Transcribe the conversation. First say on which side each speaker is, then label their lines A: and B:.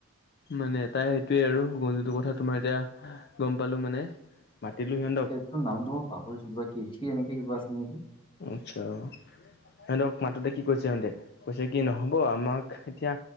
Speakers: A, on the left (about 50°); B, on the left (about 25°).
A: মানে তাই সেইটোয়ে আৰু গৰু যুটোৰ কথা তোমাৰ এতিয়া গম পালো মানে। মতিলো সিয়নি
B: এপটো নামটো মই পাহৰিছো কৃষি এনেকে কিবা আছিলে নেকি?
A: আচ্ছা। সিহঁতক মাততে কি কৈছে সিহঁতে কৈছে কি নহব আমাক এতিয়া